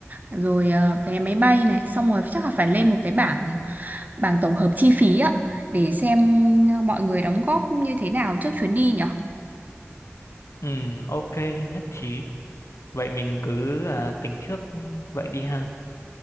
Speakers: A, on the right (about 35°); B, on the left (about 75°).
A: rồi ờ, vé máy bay này, xong rồi chắc là phải lên một cái bảng bảng tổng hợp chi phí á để xem mọi người đóng góp như thế nào trước chuyến đi nhở.
B: Ừ, ok, nhất trí. Vậy mình cứ à, tính trước vậy đi ha.